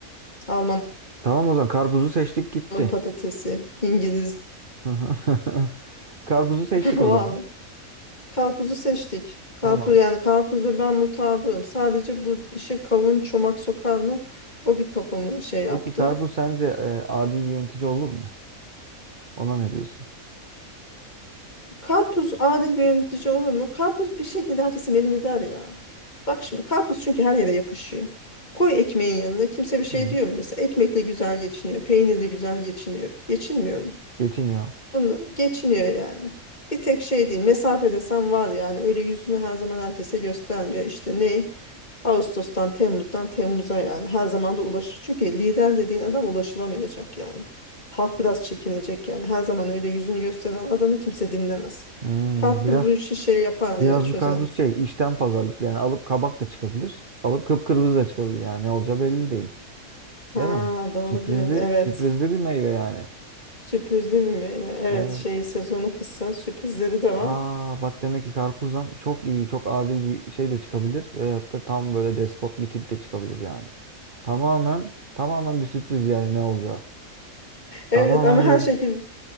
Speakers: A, on the left; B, on the right.
A: Almanın
B: Tamam o zaman karpuzu seçtik gitti.
A: patatesi, İngiliz
B: <laughs> Karpuzu
A: <laughs>
B: seçtik
A: vallahi.
B: o zaman.
A: Karpuzu seçtik. Karpuz
B: Tamam.
A: yani karpuzda ben mutabığım. Sadece bu işe kavun çomak sokar mı? O bir kafamı şey yaptı.
B: Peki karpuz sence e, adil bir yönetici olur mu? Ona ne diyorsun?
A: Karpuz adil bir yönetici olur mu? Karpuz bir şekilde herkesi memnun eder ya. Bak şimdi karpuz çünkü her yere yakışıyor. Koy ekmeğin yanına kimse bir şey
B: Hı.
A: diyor mu mesela? Ekmekle güzel geçiniyor, peynirle güzel geçiniyor. Geçinmiyor mu?
B: Geçiniyor.
A: Bunu geçiniyor yani. Bir tek şey değil. Mesafe desem var yani. Öyle yüzünü her zaman herkese göstermiyor. İşte ne? Ağustos'tan Temmuz'dan Temmuz'a yani. Her zaman da ulaş. Çünkü lider dediğin adam ulaşılamayacak yani. Halk biraz çekinecek yani. Her zaman öyle yüzünü gösteren adamı kimse dinlemez.
B: Hmm,
A: Karpuz
B: biraz
A: bu işi şey yapar
B: Biraz
A: ya çözer.
B: bir karpuz şey işten pazarlıklı yani alıp kabak da çıkabilir. Alıp kıpkırmızı da çıkabilir yani ne olacağı belli değil.
A: Ha
B: Değil mi?
A: doğru
B: Sürprizli
A: diyorsun. Evet.
B: sürprizli bir meyve yani.
A: Sürprizli bir meyve. Evet
B: Evet.
A: şeyi sezonu kısa. Sürprizleri de var.
B: Aa bak demek ki karpuzdan çok iyi çok adil bir şey de çıkabilir. Ya da tam böyle despot bir tip de çıkabilir yani. Tamamen tamamen bir sürpriz yani ne olacağı.
A: Evet
B: Tamamen
A: ama her
B: bir
A: şekilde